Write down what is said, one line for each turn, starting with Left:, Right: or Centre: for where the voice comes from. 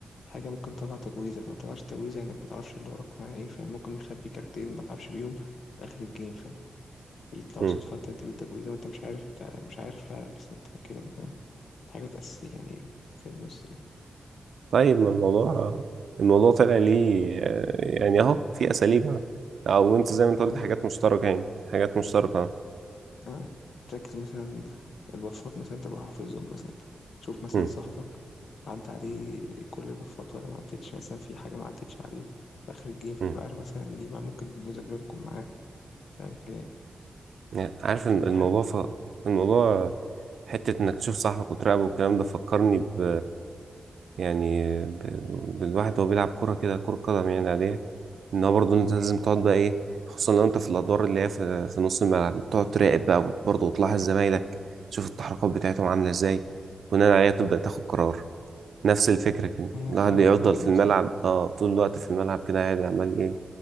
Left: حاجه ممكن تطلع تجويزه فما تطلعش تجويزه انك ما تعرفش اللي وراك معاه ايه فاهم ممكن نخبي كارتين ما تلعبش بيهم لاخر الجيم فاهم يطلعوا
Right: مم.
Left: صدفه انت تديله التجويزه وانت مش عارف انت مش عارف بس انت كده يعني فاهم حاجات اساسيه يعني في النص
Right: طيب ما الموضوع الموضوع طلع ليه آه، يعني اهو في اساليب أهو. او انت زي ما انت قلت
Left: كده.
Right: حاجات مشتركة يعني حاجات مشتركة
Left: اه تركز مثلا البفات مثلا تبقى حافظهم مثلا شوف مثلا
Right: مم.
Left: صاحبك عدى عليه كل البفات ولا ما عدتش مثلا في حاجة ما عدتش عليه في آخر الجيم فتبقى
Right: مم.
Left: عارف مثلا إن دي ما ممكن الدرجة تكون معاه فاهم كده يعني.
Right: يعني عارف الم-
Left: بتحرق
Right: الموضوع ف... الموضوع حتة إنك تشوف صاحبك وتراقبه والكلام ده فكرني ب يعني ب... بالواحد وهو بيلعب كورة كده كورة قدم يعني عادية إن هو برضه أنت لازم تقعد بقى إيه خصوصا لو أنت في الأدوار اللي هي في, في نص الملعب تقعد تراقب بقى وبرضه وتلاحظ زمايلك تشوف التحركات بتاعتهم عاملة إزاي بناء عليها تبدأ تاخد قرار نفس الفكرة كده
Left: أيوة
Right: الواحد
Left: فاهمك
Right: يفضل
Left: أنا
Right: في الملعب
Left: نفس الفكرة
Right: اه طول الوقت في الملعب كده قاعد عمال ايه